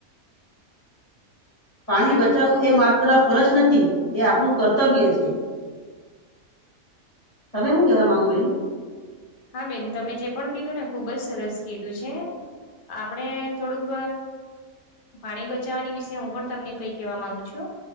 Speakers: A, on the left; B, on the left.
A: <unintelligible>
B: પાણી
A: સાચ
B: બચાવવું એ માત્ર ફરજ નથી એ આપણું કર્તવ્ય છે તમે હું કેવા માંગો બેન
A: હા બેન તમે જે પણ કીધું ને ખુબ જ સરસ કીધું છે આપડે થોડુંક પાણી બચાવવાની વિશે હું પણ તમને કઈ કેહેવા માંગુ છું